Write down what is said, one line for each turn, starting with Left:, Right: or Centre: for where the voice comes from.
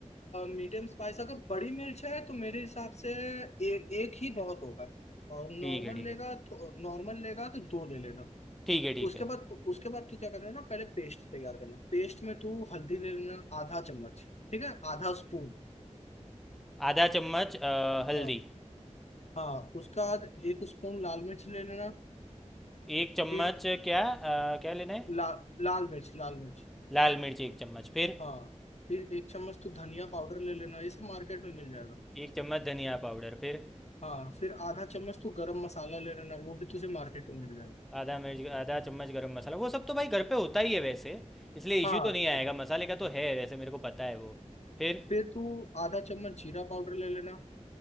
Left: मीडियम स्पाइस अगर बड़ी मिर्च है तो मेरे हिसाब से ए, एक ही बहुत होगा और नॉर्मल
Centre: ठीक है ठीक
Left: लेगा
Centre: है
Left: तो नॉर्मल लेगा तो दो ले लेना
Centre: ठीक है ठीक
Left: उसके
Centre: है
Left: बाद उसके बाद तू क्या करना ना पहले पेस्ट तैयार करना पेस्ट में तू हल्दी ले लेना आधा चम्मच ठीक है आधा स्पून
Centre: आधा चम्मच अ, हल्दी
Left: हाँ हाँ उसका बाद एक स्पून लाल मिर्च ले लेना
Centre: एक चम्मच
Left: फिर
Centre: क्या अ, क्या लेना है
Left: ला, लाल मिर्च लाल मिर्च
Centre: लाल मिर्च एक चम्मच फिर
Left: हाँ फिर एक चम्मच तू धनिया पाउडर ले लेना ये सब मार्केट में मिल जाएगा
Centre: एक चम्मच धनिया पाउडर फिर
Left: हाँ फिर आधा चम्मच तू गरम मसाला ले लेना वो भी तुझे मार्केट में मिल जाएगा
Centre: आधा मिर्च आधा चम्मच गरम मसाला वो सब तो भाई घर पे होता ही है वैसे इसलिए
Left: हाँ
Centre: इशू तो नहीं आएगा मसाले का तो है वैसे मेरे को पता है वो फिर
Left: फिर तू आधा चम्मच जीरा पाउडर ले लेना